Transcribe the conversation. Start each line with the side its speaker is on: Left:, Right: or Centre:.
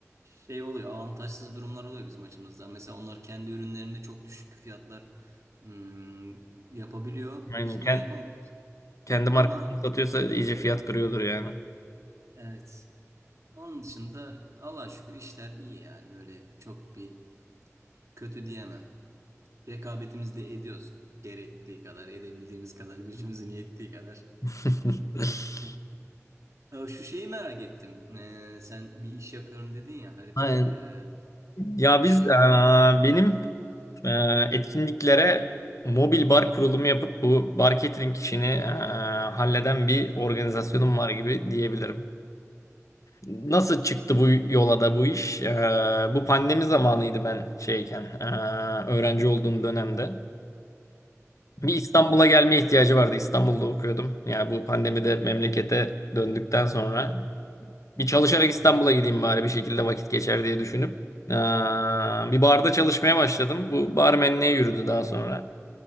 Right: şey oluyor avantajsız durumlar oluyor bizim açımızdan. Mesela onlar kendi ürünlerinde çok düşük fiyatlar hmm, yapabiliyor.
Left: Aynen.
Right: Biz
Left: Ken-
Right: bunu yapamıyoruz.
Left: kendi markasını
Right: Ama
Left: satıyorsa iyice fiyat kırıyordur yani.
Right: evet. Onun dışında Allah'a şükür işler iyi yani öyle çok bir kötü diyemem. Rekabetimizi de ediyoruz gerektiği kadar, edebildiğimiz kadar, gücümüzün yettiği kadar.
Left: <laughs>
Right: <laughs> Ya şu şeyi merak ettim. Ee, sen bir iş yapıyorum dedin ya harita
Left: Aynen.
Right: e,
Left: Ya
Right: işi.
Left: biz, aa, benim e, etkinliklere mobil bar kurulumu yapıp bu bar catering işini e, halleden bir organizasyonum var gibi diyebilirim. Nasıl çıktı bu yola da bu iş? E, bu pandemi zamanıydı ben şeyken, e, öğrenci olduğum dönemde. Bir
Right: Hı hı.
Left: İstanbul'a gelme ihtiyacı vardı. İstanbul'da okuyordum. Yani bu pandemide memlekete döndükten sonra bir çalışarak İstanbul'a
Right: Hı
Left: gideyim bari bir şekilde vakit geçer diye düşünüp e, bir barda çalışmaya başladım. Bu barmenliğe yürüdü daha sonra.